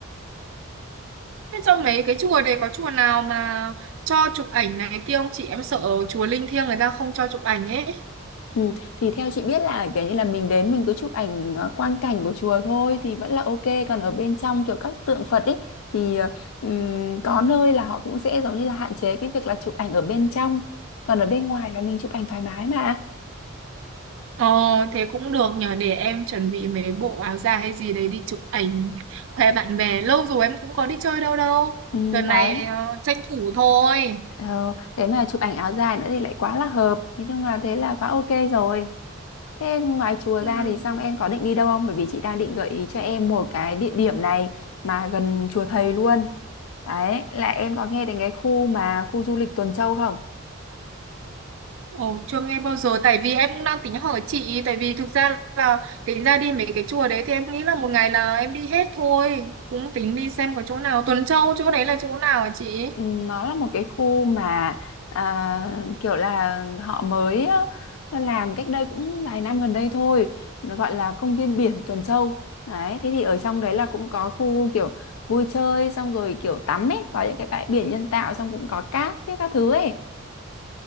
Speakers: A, on the right (about 65°); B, on the left (about 80°).
A: Thế trong mấy cái chùa đấy có chùa nào mà cho chụp ảnh này kia không chị? Em sợ chùa linh thiêng người ta không cho chụp ảnh ấy.
B: Ừ, thì theo chị biết là kiểu như là mình đến mình cứ chụp ảnh ờ, quang cảnh của chùa thôi thì vẫn là ok còn ở bên trong kiểu các tượng Phật ấy thì ờ, ừm, có nơi là họ cũng sẽ giống như là hạn chế cái việc là chụp ảnh ở bên trong còn ở bên ngoài là mình chụp ảnh thoải mái mà
A: Ờ, thế cũng được nhờ để em chuẩn bị mấy bộ áo dài hay gì đấy đi chụp ảnh khoe bạn bè. Lâu rồi em cũng có đi chơi đâu đâu.
B: Ừm,
A: Đợt này
B: đấy
A: ờ, tranh thủ thôi.
B: ờ, thế mà chụp ảnh áo dài nữa thì lại quá là hợp nói chung là thế là quá ok rồi Thế ngoài chùa
A: Ừ.
B: ra thì xong em có định đi đâu không? Bởi vì chị đang định gợi ý cho em một cái địa điểm này mà gần chùa thầy luôn. Đấy, là em có nghe đến cái khu mà khu du lịch Tuần Châu không?
A: Ồ, chưa nghe bao giờ tại vì em cũng đang tính hỏi chị ý, tại vì thực ra là tính ra đi mấy cái chùa đấy thì em nghĩ là một ngày là em đi hết thôi cũng tính đi xem có chỗ nào Tuần Châu chỗ đấy là chỗ nào hả chị
B: Ừm, Nó là một cái khu mà à, kiểu là họ mới á, làm cách đây cũng vài năm gần đây thôi. Nó gọi là công viên biển Tuần Châu. Đấy, thế thì ở trong đấy là cũng có khu kiểu vui chơi xong rồi kiểu tắm ấy, có những cái bãi biển nhân tạo xong cũng có cát với các thứ ấy.